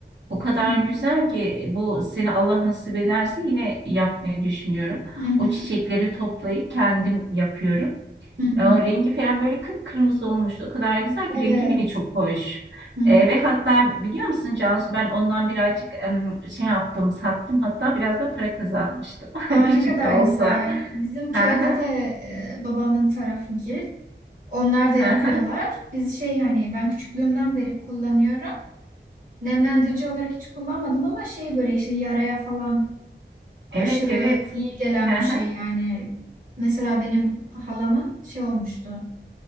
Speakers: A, on the right (about 75°); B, on the right (about 45°).
A: O kadar
B: Hı hı.
A: güzel ki e, bu seni Allah nasip ederse yine yapmayı düşünüyorum.
B: Hı hı.
A: O çiçekleri toplayıp kendim yapıyorum.
B: Hı
A: Ya
B: hı.
A: rengi falan böyle kıpkırmızı olmuştu. O kadar güzel ki rengi
B: Evet.
A: bile çok hoş.
B: Hı hı.
A: E, ve hatta biliyor musun Cansu ben ondan birazcık em, şey yaptım sattım hatta biraz da para kazanmıştım.
B: Aa,
A: <laughs> Küçük
B: ne kadar
A: de olsa.
B: güzel. Bizim köyde
A: Hı hı,
B: de e, babamın tarafı gil. Onlar da yapıyorlar.
A: hı hı.
B: Biz şey hani ben küçüklüğümden beri kullanıyorum. Nemlendirici olarak hiç kullanmadım ama şey böyle işte yaraya falan aşırı
A: Evet evet.
B: iyi gelen
A: Hı
B: bir
A: hı,
B: şey yani. Mesela benim halamın şey olmuştu.